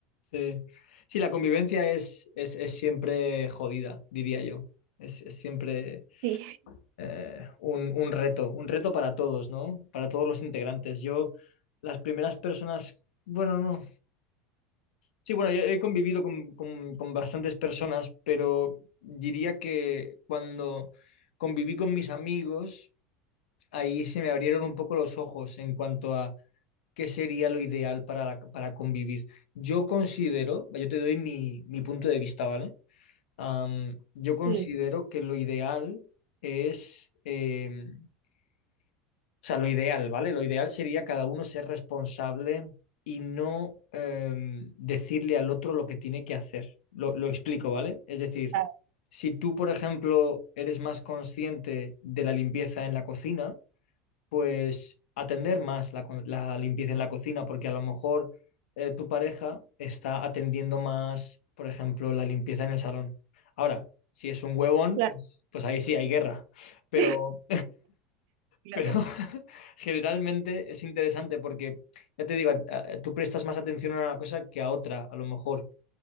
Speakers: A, on the left; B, on the right.
A: Sí, Sí, la convivencia es, es, es siempre jodida, diría yo. Es, es siempre
B: Sí,
A: eh, un, un reto, un reto para todos, ¿no? Para todos los integrantes. Yo, las primeras personas, bueno, no. Sí, bueno, yo he convivido con, con, con bastantes personas, pero diría que cuando conviví con mis amigos, ahí se me abrieron un poco los ojos en cuanto a qué sería lo ideal para, la- para convivir. Yo considero, yo te doy mi, mi punto de vista, ¿vale? Am, yo considero
B: <laughs> sí,
A: que lo ideal es, eh, o sea, lo ideal, ¿vale? Lo ideal sería cada uno ser responsable y no em, decirle al otro lo que tiene que hacer. Lo, lo explico, ¿vale? Es decir,
B: ah,
A: si tú, por ejemplo, eres más consciente de la limpieza en la cocina, pues atender más la, co- la limpieza en la cocina, porque a lo mejor eh, tu pareja está atendiendo más, por ejemplo, la limpieza en el salón. Ahora, si es un huevón,
B: claro,
A: pues, pues ahí sí hay guerra, pero,
B: <laughs> claro.
A: pero <laughs> generalmente es interesante porque, ya te digo, a- a- tú prestas más atención a una cosa que a otra, a lo mejor.